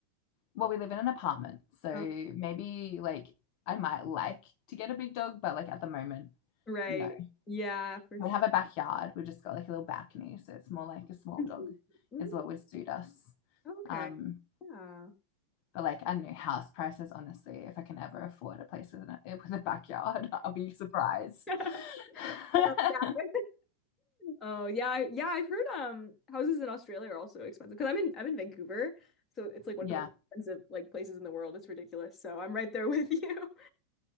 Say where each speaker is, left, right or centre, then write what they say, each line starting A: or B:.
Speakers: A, on the left; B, on the left.
A: well, we live in an apartment, so
B: Uh,
A: maybe like I might like to get a big dog, but like at the moment,
B: right.
A: no.
B: Yeah, for
A: We
B: sure.
A: have a backyard. We've just got like a little balcony, so it's more like a small
B: Mhm,
A: dog
B: mhm.
A: is what would suit us.
B: Okay.
A: Um,
B: Yeah.
A: but like I don't know house prices, honestly, if I can ever afford a place with an with a backyard, <laughs> I'll be surprised.
B: <laughs>
A: <laughs>
B: Um, yeah, Oh yeah, I, yeah, I've heard um houses in Australia are also expensive because I'm in I'm in Vancouver, so it's like one
A: Yeah.
B: of the most expensive like places in the world. It's ridiculous. So I'm right there with you.